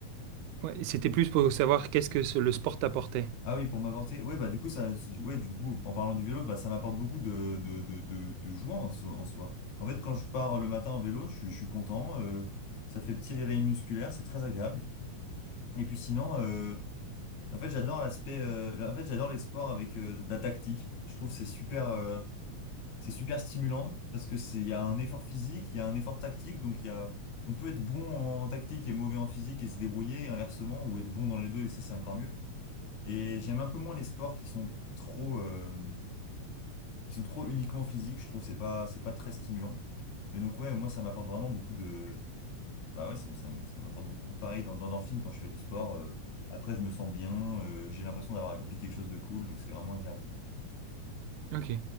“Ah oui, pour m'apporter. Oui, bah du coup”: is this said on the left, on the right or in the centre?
Left